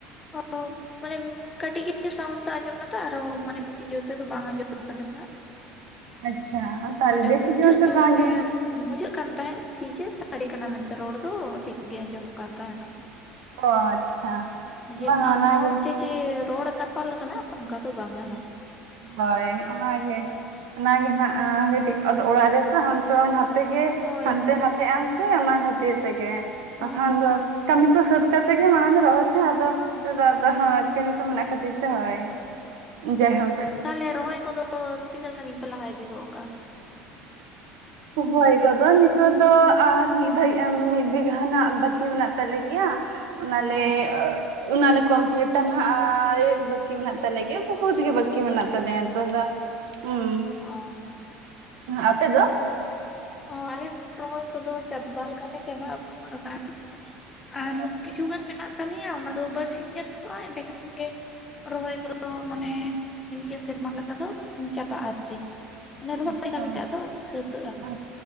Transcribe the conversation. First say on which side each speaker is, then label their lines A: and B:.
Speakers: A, on the left; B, on the right.
A: <unintelligible> ᱢᱟᱱᱮ ᱠᱟᱹᱴᱤᱡ ᱜᱮ ᱥᱟᱣᱩᱱᱰ ᱫᱚ ᱟᱸᱡᱚᱢ ᱱᱟᱛᱚ ᱟᱨᱦᱚᱸ ᱢᱟᱱᱮ ᱵᱤᱥᱤ ᱡᱳᱨ ᱛᱮᱫᱚ ᱵᱟᱝ ᱟᱸᱡᱚᱢ ᱠᱟᱱᱟ ᱦᱟᱸᱜ᱾
B: ᱟᱪᱪᱷᱟ <unintelligible>
A: ᱢᱟᱱᱮ ᱵᱩᱡᱷᱟᱹᱜ-ᱟ
B: ᱡᱳᱨ ᱫᱚ ᱵᱟᱝ
A: ᱢᱟᱱᱮ
B: ᱟᱸᱡᱚᱢᱚᱜ
A: ᱵᱩᱡᱷᱟᱹᱜ ᱠᱟᱱ ᱛᱟᱦᱮᱸᱫ ᱠᱤ ᱡᱮ ᱥᱟᱰᱮ ᱠᱟᱱᱟ ᱢᱮᱱᱛᱮ ᱨᱚᱲ ᱫᱚ ᱴᱷᱤᱠ ᱜᱮ ᱟᱸᱡᱚᱢᱚᱜ ᱠᱟᱱ ᱛᱟᱦᱮᱸᱱᱟ᱾
B: ᱚ ᱟᱪᱪᱷᱟ᱾
A: ᱡᱮ
B: ᱵᱟᱝᱟ
A: ᱚᱱᱟ
B: ᱚᱱᱟᱜᱮ
A: ᱥᱟᱣᱩᱱᱰ ᱛᱮ ᱡᱮ ᱨᱚᱲ ᱫᱟᱯᱟᱞ ᱟᱠᱟᱱᱟ ᱚᱱᱠᱟ ᱫᱚ ᱵᱟᱝᱟ ᱦᱟᱸᱜ᱾
B: ᱦᱳᱭ ᱚᱱᱟᱜᱮ ᱚᱱᱟᱜᱮ ᱱᱟᱜ ᱠᱟᱹᱴᱤᱡ ᱟᱫᱚ ᱚᱲᱟᱜ ᱨᱮᱥᱮ ᱦᱟᱱᱛᱮ ᱱᱟᱛᱮ᱾ ᱛᱮᱜᱮ
A: ᱦᱳᱭ
B: ᱦᱟᱱᱛᱮ
A: ᱦᱳᱭ
B: ᱱᱷᱟᱛᱮᱜ ᱟᱢ ᱥᱮ ᱚᱱᱟ ᱠᱷᱟᱹᱛᱤᱨ ᱛᱮᱜᱮ
A: ᱦᱚᱸ
B: ᱵᱟᱠᱷᱟᱱ ᱫᱚ ᱠᱟᱹᱢᱤ ᱠᱚ ᱥᱟᱹᱛ ᱠᱟᱛᱮ ᱜᱮ ᱢᱟ ᱟᱫᱚ ᱨᱚᱦᱚᱭ ᱯᱮ ᱟᱫᱚ <unintelligible>
A: ᱦᱮᱸᱛᱚ
B: ᱠᱚ ᱢᱮᱱᱟᱜ ᱠᱷᱟᱹᱛᱤᱨ ᱛᱮ ᱚᱸᱚᱭ <inaudible> ᱡᱟᱭᱦᱳᱠ
A: ᱛᱟᱦᱚᱞᱮ ᱨᱚᱦᱚᱭ ᱠᱚᱫᱚ ᱛᱤᱱᱟᱹᱜ ᱥᱟᱺᱜᱤᱧ ᱯᱮ ᱞᱟᱦᱟ ᱤᱫᱤ ᱜᱚᱜ ᱠᱟᱜ-ᱟ
B: ᱨᱚᱦᱚᱭ ᱠᱚᱫᱚ ᱱᱤᱛᱚᱜ ᱫᱚ ᱟᱨ ᱢᱤᱫ ᱢᱤᱫ ᱵᱤᱜᱷᱟ ᱨᱮᱱᱟᱜ ᱵᱟᱹᱠᱤ ᱢᱮᱱᱟᱜ ᱛᱟᱞᱮ ᱜᱮᱭᱟ ᱚᱱᱟᱞᱮ
A: ᱚ
B: <unintelligible> ᱚᱱᱟᱞᱮ ᱠᱚᱢᱯᱤᱞᱤᱴᱟ ᱱᱟᱦᱟᱜ ᱟᱨ ᱵᱟᱹᱠᱤ ᱢᱮᱱᱟᱜ ᱛᱟᱞᱮ ᱜᱮᱭᱟ ᱵᱚᱦᱩᱛ ᱜᱮ ᱵᱟᱹᱠᱤ ᱢᱮᱱᱟᱜ ᱛᱟᱞᱮᱭᱟ ᱱᱤᱛᱚᱜ ᱫᱚ ᱦᱩᱸ
A: <unintelligible>
B: ᱟᱯᱮ ᱫᱚ
A: ᱚ ᱟᱞᱮ ᱫᱚ ᱨᱚᱦᱚᱭ ᱠᱚᱫᱚ ᱪᱟᱵᱟ ᱞᱮᱠᱟᱞᱮ ᱪᱟᱵᱟ ᱟᱹᱜᱩ ᱜᱚᱫ ᱠᱟᱜ-ᱟ ᱟᱨ
B: ᱚ
A: ᱠᱤᱪᱷᱩ ᱜᱟᱱ ᱢᱮᱱᱟᱜ ᱛᱟᱞᱮᱭᱟ ᱚᱱᱟ ᱫᱚ ᱵᱟᱨᱥᱤᱧ ᱜᱟᱱ ᱦᱩᱭᱩᱜ-ᱟ ᱮᱸᱰᱮ ᱠᱷᱟᱱ ᱜᱮ ᱨᱚᱦᱚᱭ ᱠᱚᱫᱚ ᱢᱟᱱᱮ ᱱᱤᱭᱟᱹ ᱥᱮᱨᱢᱟ ᱞᱮᱠᱟ ᱫᱚ ᱢᱩᱪᱟᱹᱫᱚᱜᱟ ᱟᱨᱠᱤ ᱢᱟᱱᱮ ᱨᱚᱦᱚᱭ
B: ᱟᱪᱪᱷᱟ
A: ᱠᱟᱹᱢᱤᱴᱟᱜ ᱫᱚ ᱥᱟᱹᱛᱟᱹᱜ-ᱟ᱾
B: ᱟᱪᱪᱷᱟ